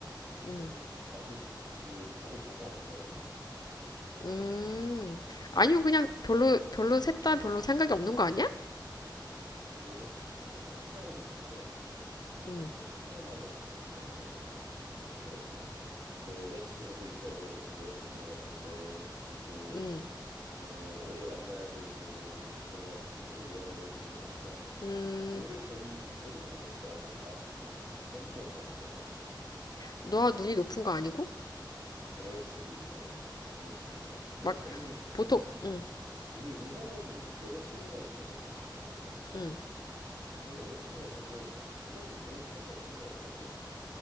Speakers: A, on the left; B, on the right.
A: 음,
B: 좀 아직 그 다들 뭐가 없네
A: 음. 아니면 그냥 별로 별로 셋 다 별로 생각이 없는 거 아니야?
B: 그러 아, 나는 생각은 있는데
A: 음,
B: 이게 또 생각만으로 또 되는 건 아니잖아 그 뭐랄까 또 여자친구도 있어야 되고 지금 여자친구가 없는데 그럼 또
A: 음,
B: 뭐 오래 만나야 되고 또 결혼하려면 또 손도 모아야 되고 하니까
A: 음.
B: 모르겠어 이 모든 과정들이 아직은 나한테 조금 좀 부담스러운 것 같아
A: 너와 눈이 높은 거 아니고
B: 그럴 수도 있고 그럴 수도 있고 근데
A: 막
B: 다행히
A: 보통 음,
B: 음. 우리 우리 형은 여자친구가 있거든.
A: 음.
B: 우리 형은 여자친구가 있는데 우리 형도 결혼 생각이 없는 것 같더라고.